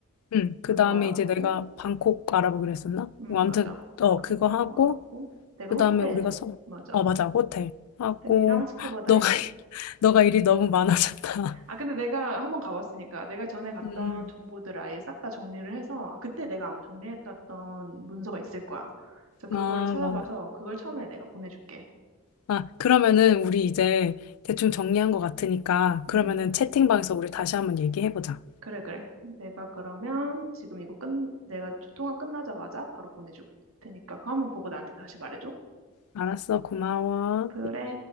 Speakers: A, on the left (about 80°); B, on the right (about 70°).
A: 응, 그다음에
B: 그거 알아보고.
A: 이제 내가 방콕 알아보기로 했었나?
B: 응,
A: 뭐 아무튼
B: 맞아.
A: 어
B: 그거
A: 그거
B: 판거
A: 하고
B: 알아보고. 내가
A: 그다음에
B: 호텔.
A: 우리가 서,
B: 맞아.
A: 어 맞아 호텔 하고
B: 호텔이랑 스쿠버
A: <gasps> <laughs>
B: 다이빙.
A: 너가 일- 너가 일이 너무 많아졌다. <laughs>
B: 아, 근데 내가 한번 가봤으니까 내가 전에 갔던
A: 음,
B: 정보들 아예 싹 다 정리를 해서 아, 그때 내가 아마 정리했던 문서가 있을 거야. 그래서 그거를
A: 아,
B: 찾아봐서
A: 막,
B: 그걸 처음에 내가 보내줄게.
A: 아, 그러면은 우리
B: 응,
A: 이제 대충 정리한 것 같으니까 그러면은
B: 응, 응.
A: 채팅방에서 우리 다시 한번 얘기해보자.
B: 그래, 그래. 내가 그러면 지금 이거 끝, 내가 통화 끝나자마자 바로 보내줄 테니까 그거 한번 보고 나한테 다시 말해줘.
A: 알았어, 고마워.
B: 그래.